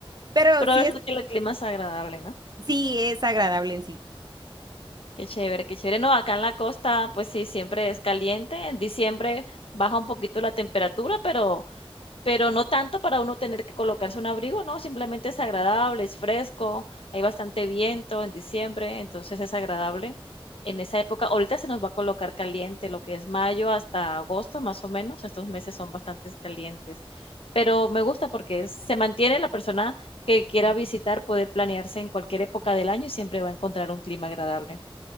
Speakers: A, on the right; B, on the left.
A: Pero
B: Pero
A: sí
B: debe
A: es,
B: ser que el clima es agradable, ¿no?
A: sí es agradable en sí.
B: Qué chévere, qué chévere. No, acá en la costa, pues sí, siempre es caliente. En diciembre baja un poquito la temperatura, pero, pero no tanto para uno tener que colocarse un abrigo, no, simplemente es agradable, es fresco, hay bastante viento en diciembre, entonces es agradable en esa época. Ahorita se nos va a colocar caliente, lo que es mayo hasta agosto, más o menos. Estos meses son bastante calientes, pero me gusta porque es- se mantiene la persona que quiera visitar, puede planearse en cualquier época del año y siempre va a encontrar un clima agradable.